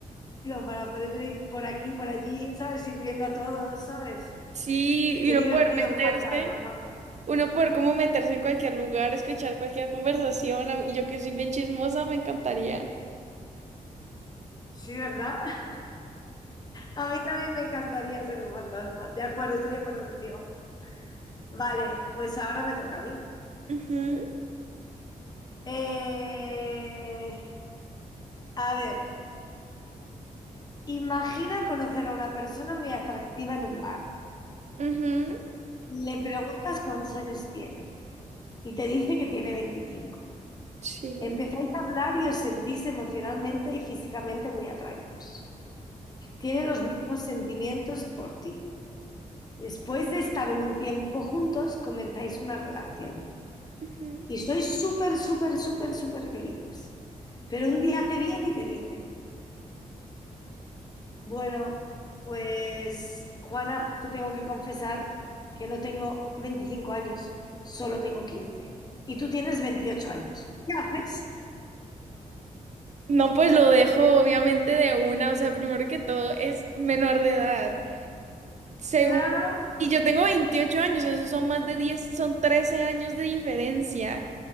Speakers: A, on the left; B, on the right.
A: para poder ir por aquí, por allí, ¿sabes? Sirviendo a todos, ¿sabes?
B: Sí, y
A: Qué
B: uno
A: divertido
B: poder meterse,
A: un fantasma. ¿no?
B: uno poder como meterse en cualquier lugar, escuchar cualquier conversación, a- y yo que soy bien chismosa, me encantaría.
A: Sí, ¿verdad? <laughs> A mí también me encantaría ser un fantasma. De acuerdo, estoy de acuerdo contigo. Vale, pues ahora me toca a mí.
B: Ujú,
A: Eh, a ver, imagina conocer a una persona muy atractiva en un bar.
B: ujú,
A: Le preguntas cuántos años tiene y te dice que tiene 25.
B: sí.
A: Empezáis a hablar y os sentís emocionalmente y físicamente muy atraídos. Tiene los mismos sentimientos por ti. Después de estar un tiempo juntos, comenzáis una relación
B: ujú.
A: y sois súper, súper, súper, súper felices. Pero un día te viene y te dice, Bueno, pues Juana, te tengo que confesar que no tengo 25 años, solo tengo 15. Y tú tienes 28 años. ¿Qué haces?
B: No, pues lo dejo obviamente de una, o sea, primero que todo es menor de edad. Segundo,
A: Claro,
B: y yo tengo 28 años, esos son más de 10, son 13 años de diferencia.